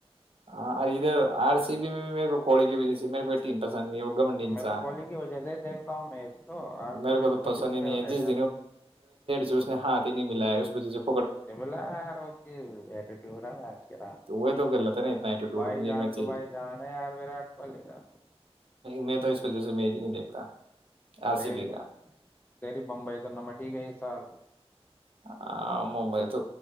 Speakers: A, on the right; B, on the left.
A: ہاںرھر آر سی <unintelligible> تین پسند نہیں وگا منڈی انسناا
B: میں تو کوہلی کی وجہ <unintelligible> آر
A: میرے
B: سی
A: کو
B: پی
A: تو
B: تبھی
A: پسند ہی نہیں
B: فیوریٹ
A: ہے جس
B: اپنے
A: دنس نے ہاتھ ہی نہیں ملایا اس وجہ سےب
B: ب ار اسٹیٹیوڈ ہےج کے
A: تو وہ تو غلط ہے نا اتنا ایٹیٹیوڈ
B: بھائی
A: بھی دیکھنا
B: جان
A: چاہیے
B: تو بھائی جان ہے یار وراٹ کوہلی نا
A: میں تو اس وجہ سے میں ہی نہیں دیکھتا آر
B: تریے
A: سی بی کا
B: تریے بمبئی تو ن میں ٹھیک ہے سال
A: ہاں ممبئی تو